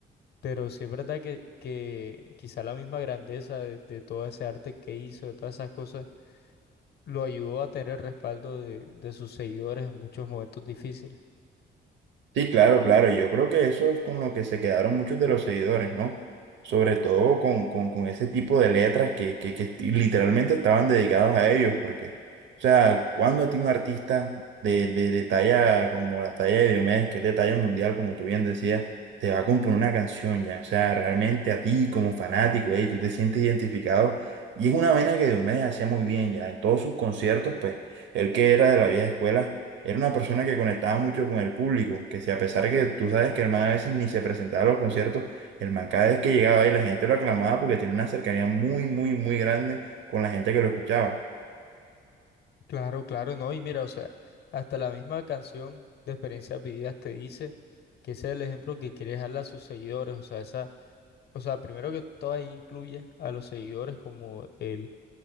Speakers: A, on the left (about 55°); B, on the right (about 70°).
A: pero sí es verdad que, que quizá la misma grandeza de, de todo ese arte que hizo, de todas esas cosas lo ayudó a tener el respaldo de, de sus seguidores en muchos momentos difíciles.
B: Sí, claro, claro. Yo creo que eso es con lo que se quedaron muchos de los seguidores, ¿no? Sobre todo con, con, con ese tipo de letras que, que, que literalmente estaban dedicados a ellos, porque, o sea, cuando a ti un artista de, de, de talla como la talla de Diomedes, que es de talla mundial, como tú bien decías, te va a componer una canción ya, o sea, realmente a ti como fanático, ey, tú te sientes identificado, y es una vaina que Diomedes hacía muy bien ya, en todos sus conciertos, pues, él que era de la vieja escuela era una persona que conectaba mucho con el público, que si a pesar que tú sabes que el man a veces ni se presentaba a los conciertos, el man cada vez que llegaba ahí la gente lo aclamaba porque tiene una cercanía muy, muy, muy grande con la gente que lo escuchaba.
A: Claro, claro, no. Y mira, o sea, hasta la misma canción de Experiencias Vividas te dice que ese es el ejemplo que quiere dejarle a sus seguidores. O sea, esa, o sea, primero que todo ahí incluye a los seguidores como el,